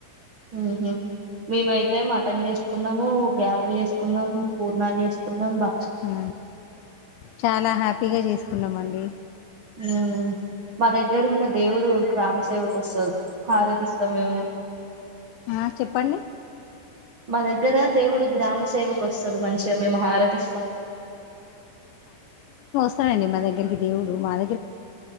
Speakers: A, on the right (about 90°); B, on the left (about 80°).
A: ఉహు మేము అయితే మటన్ చేసుకున్నాము. గారెలు చేసుకున్నాం. పూర్ణాలు చేసుకున్నాం. బ
B: ఆ చాలా హ్యాపీగా చేసుకున్నామం ఉ
A: ఉం మా దగ్గర ఇంకా దేవుడు గ్రామ సేవకు వస్తడు హారతి ఇస్తాం మేము
B: ఆ చెప్పండి
A: మా దగ్గర దేవుడు గ్రామ సేవకు వస్తడు మంచిగా మేము హారతి ఇస్తాం.
B: వస్తాయ అండి మా దగ్గరికి దేవుడు మాగ